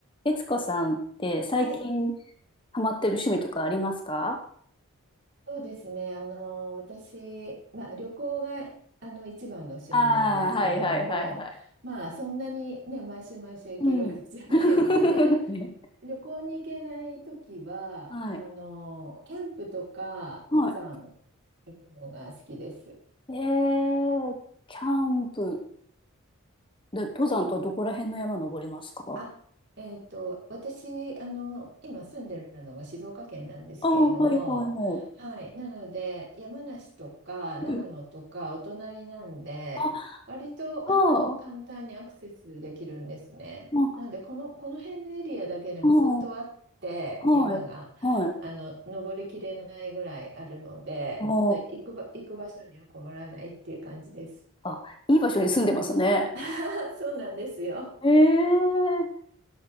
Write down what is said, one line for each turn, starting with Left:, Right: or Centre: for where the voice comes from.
Left: 悦子さんって最近
Right: はい、
Left: ハマってる趣味とかありますか
Right: そうですね。あの、私、まあ、旅行が、あの、一番の趣味なんですけれども、
Left: ああー、はいはいはいはい。
Right: まあ、そんなにね、毎週毎週行けるわけじゃないので、
Left: うん。<laughs> ね
Right: <laughs> 旅行に行けないときは、
Left: はい。
Right: あの、キャンプとか登山
Left: はい。
Right: 行くのが好きです。
Left: えー、キャンプで登山とはどこら辺の山登りますか
Right: あ、えっと、私、あの、今住んでるのが静岡県なんですけれども、
Left: ああー、はいはいはい。
Right: はい、なので、山梨とか長野とかお隣なんで、
Left: うん。あ、
Right: 割と、
Left: ああ、
Right: ああの、簡単にアクセスできるんですね。
Left: まあ、
Right: なので、この、この辺のエリアだけでも相当あって、
Left: うんはい、
Right: 山が、
Left: はい。
Right: あの、登りきれないぐらいあるので、
Left: あ
Right: ちょっと行くば、行く場所には困らないっていう感じです。
Left: あ、あ、いい場所に住んでますね。
Right: <laughs> そうなんですよ。
Left: <laughs> ええ